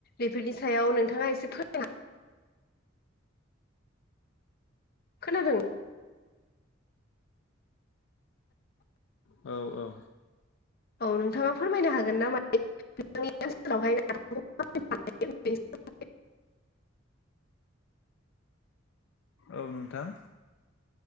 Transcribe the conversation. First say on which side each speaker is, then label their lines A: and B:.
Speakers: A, on the left (about 50°); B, on the left (about 65°).
A: बेफोरनि सायाव नोंथाङा एसे फोरमायना खोनादों
B: औ-औ।
A: औ नोंथाङा फोरमायनो हागोन ना मा <inaudible> ओनसोलावहाय नाफामखौ <inaudible> <inaudible>
B: औ नोंथां।